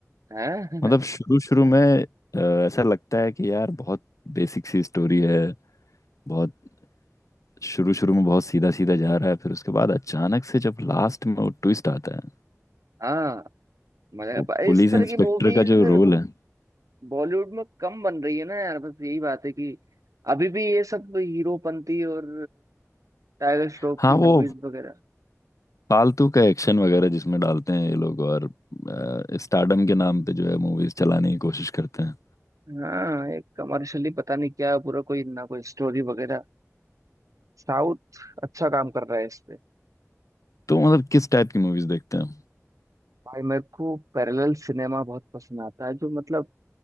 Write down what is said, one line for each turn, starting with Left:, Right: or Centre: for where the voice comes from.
Right: हैं
Left: मतलब
Right: <laughs>
Left: शुरू शुरू में अ, ऐसा लगता है कि यार बहुत बेसिक सी स्टोरी है बहुत शुरू शुरू में बहुत सीधा सीधा जा रहा है फिर उसके बाद अचानक से जब लास्ट में वो ट्विस्ट आता है
Right: हाँ मगर
Left: वो
Right: भाई
Left: पुलिस
Right: इस तरह
Left: इंस्पेक्टर
Right: की मूवीज
Left: का जो रोल है
Right: बॉलीवुड में कम बन रही है ना यार बस यही बात है कि अभी भी ये सब हीरोपंती और टाइगर श्रॉफ
Left: हाँ
Right: की
Left: वो
Right: मूवीज वगैरह
Left: फालतू का एक्शन वगैरह जिसमें डालते हैं ये लोग और स्टारडम के नाम पे जो है मूवीज चलाने की कोशिश करते हैं
Right: हाँ एक कमर्शियली पता नहीं क्या है पूरा कोई ना कोई स्टोरी वगैरह साउथ अच्छा काम कर रहा है इस पे
Left: तो मतलब किस टाइप की मूवीज देखते हैं
Right: भाई मेरे को पैरेलल सिनेमा बहुत पसंद आता है जो मतलब